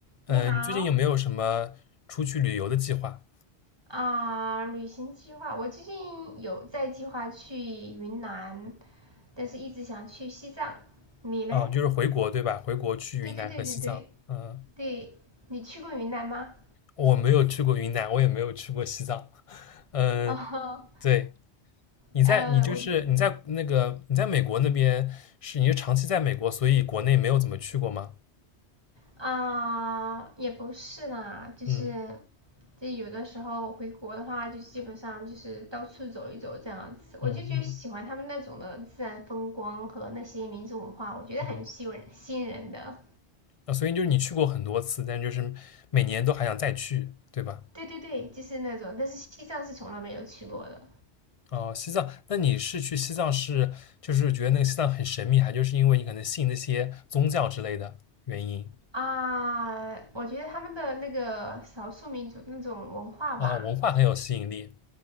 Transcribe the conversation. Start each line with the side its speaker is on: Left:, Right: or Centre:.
Left: 呃，
Right: 你好，
Left: 你最近有没有什么出去旅游的计划？
Right: 啊、旅行计划，我最近有在计划去云南，但是一直想去西藏。你嘞？
Left: 啊、就是回国对吧？回国去云南和西藏。
Right: 对对对对对
Left: 嗯、
Right: 对，你去过云南吗？
Left: 我没有去过云南，我也没有去过西藏。<laughs> 嗯、
Right: <laughs> 哦，
Left: 对，你在你就是你在那个你在美国那边是你是长期在美国，
Right: 呃，我就
Left: 所以国内没有怎么去过吗？
Right: 啊、也不是啦，就是
Left: 嗯
Right: 就有的时候回国的话，就基本上就是到处走一走这样子。
Left: 嗯嗯
Right: 我就觉得喜欢他们那种的自然风光和那些民族文化，我觉得很吸引吸引人的。
Left: 嗯。啊，所以就是你去过很多次，但就是每年都还想再去，对吧？
Right: 对对对，就是那种，但是西藏是从来没有去过的
Left: 哦，西藏，那你是去西藏是就是觉得那个西藏很神秘，还就是因为你可能信那些宗教之类的原因
Right: 啊。我觉得他们的那个少数民族那种文化吧，
Left: 啊，哦文化很有吸引力。